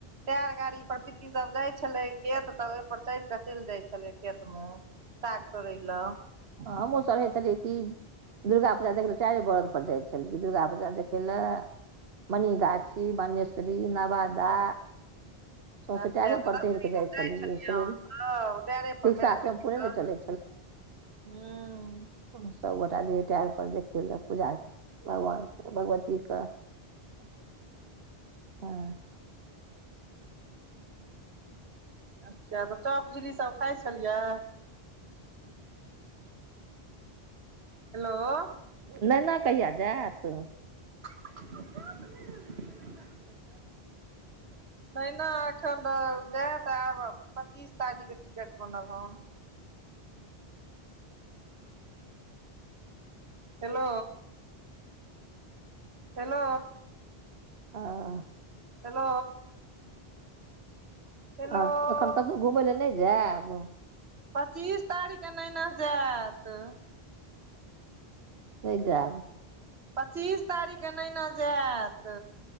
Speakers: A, on the right; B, on the right.
A: टेएर गाड़ी पर पीती सब जाइ छलै खेत तऽ पर चैढ़ कऽ चैल जाय छलै खेत मे, साग तोड़ै लऽ
B: त हमहु सब रहै छलियै की दुर्गा पूजा देखै लए टेरे बरद पर जाय छलियै दुर्गा पूजा देखय लए मनिगाछी, बनेशरी, नवादा सौँसे
A: अच्छा
B: टायरे
A: तऽ
B: पर
A: रातिमे
B: चढ़ि कऽ
A: जाइ छलियै
B: पहिले
A: अहाँ सब टायरे पर
B: रिक्शा
A: मेला
B: टेम्पू
A: देखै
B: नहि ने
A: लऽ
B: चलै
A: हुॅं
B: सबगोटा जे टाइरपर देखै लए पूजा भगवानके, भगवतीके
A: <inaudible>
B: हँ
A: अच्छा तऽ चॉप झिल्ली सब खाइ छलियै हेलो
B: नैना कहिया जेएत
A: <inaudible> तहिना अखन जाय त आब पच्चीस तारीख के टिकट बनल हन <inaudible> हेलो हेलो
B: आ आ
A: हेलो हेलो
B: आर एखन कतौ घुमय लए नै जेएब
A: पच्चीस तारीखके नैना जेएत
B: नै जैत
A: पच्चीस तारीखके नैना जेएत